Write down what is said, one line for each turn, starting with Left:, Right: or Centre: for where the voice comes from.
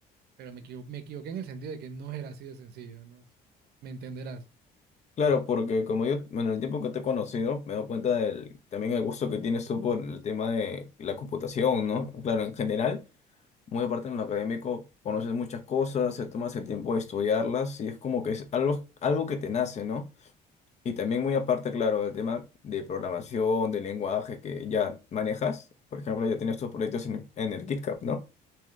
Right: pero me equivo- me equivoqué en el sentido de que no era así de sencillo, ¿no? Me entenderás.
Left: Claro, porque como yo, bueno, en el tiempo que te he conocido, me he dado cuenta del, también el gusto que tienes tú por el tema de la computación, ¿no? Claro, en general, muy aparte en lo académico, conoces muchas cosas, te tomas el tiempo de estudiarlas y es como que es algo, algo que te nace, ¿no? Y también muy aparte, claro, el tema de programación, de lenguaje que ya manejas, por ejemplo, ya tienes tus proyectos en, en el KitKat, ¿no?